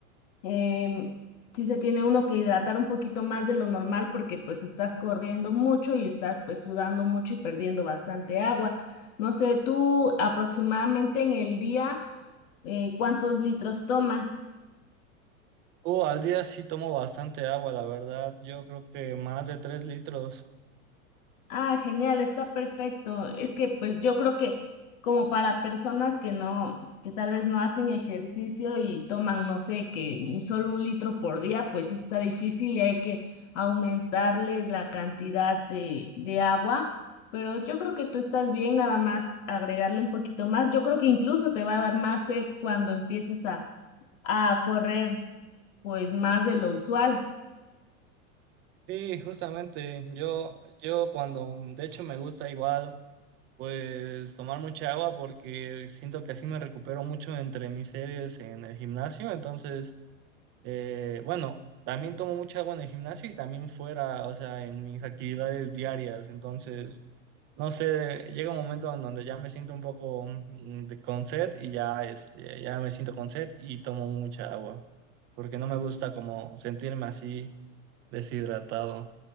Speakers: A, on the left (about 65°); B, on the right (about 30°).
A: em, sí se tiene uno que hidratar un poquito más de lo normal porque pues estás corriendo mucho y estás pues sudando mucho y perdiendo bastante agua. No sé, tú aproximadamente en el día, eh, ¿cuántos litros tomas?
B: Uh, al día sí tomo bastante agua, la verdad, yo creo que más de tres litros.
A: Ah, genial, está perfecto. Es que pues yo creo que como para personas que no, que tal vez no hacen ejercicio y toman, no sé, que un- solo un litro por día, pues sí está difícil y hay que aumentarles la cantidad de, de agua. Pero yo creo que tú estás bien, nada más agregarle un poquito más. Yo creo que incluso te va a dar más sed cuando empieces a, a correr pues más de lo usual.
B: Sí, justamente, yo, yo cuando, de hecho me gusta igual, pues tomar mucha agua porque siento que así me recupero mucho entre mis series en el gimnasio, entonces... Eh, bueno, también tomo mucha agua en el gimnasio y también fuera, o sea, en mis actividades diarias. Entonces, no sé, llega un momento en donde ya me siento un poco mm, de- con sed y ya, este, ya me siento con sed y tomo mucha agua, porque no me gusta como sentirme así deshidratado.